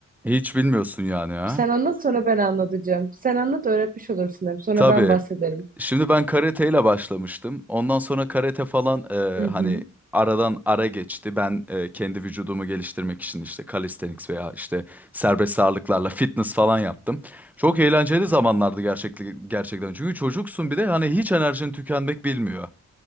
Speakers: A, in the centre; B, on the right.
A: Hiç bilmiyorsun yani ha?
B: Sen anlat sonra ben anlatacağım. Sen anlat öğretmiş olursun hem Sonra
A: Tabii.
B: ben bahsederim.
A: Şimdi ben karateyle başlamıştım. Ondan sonra karate falan eee,
B: Hı hı.
A: hani aradan ara geçti. Ben eee, kendi vücudumu geliştirmek için işte calisthenics veya işte serbest ağırlıklarla fitness falan yaptım. Çok eğlenceli zamanlardı gerçekten gerçekten. Çünkü çocuksun bir de hani hiç enerjin tükenmek bilmiyor.